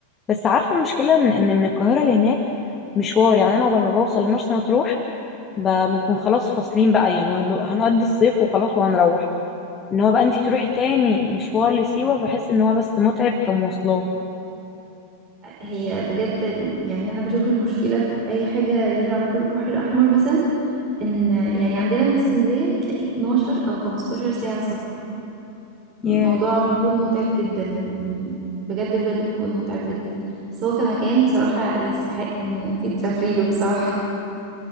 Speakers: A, on the left; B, on the right.
A: بس عارفة المشكلة ان إن من القاهرة لهناك مشوار يعني انا عقبال ما بوصل لمرسى مطروح ب- بنكون خلاص فاصلين بقى يعني هو- هنقضي الصيف وخلاص وهنروح ان هو بقى انت تروحي تاني مشوار لسيوة بحس ان هو بس متعب كمواصلات
B: هي بجد يعني أنا بشوف المشكلة في أي حاجة ليها علاقة بالبحر الأحمر مثلا إن يعني عندنا من اسكندرية بتلاقي 12 أو 15 ساعة سفر
A: ياه
B: الموضوع بيكون متعب جدا يعني بجد بجد بيكون متعب جدا بس هو كمكان بصراحة يستحق إن انتي تسافري له بصراحة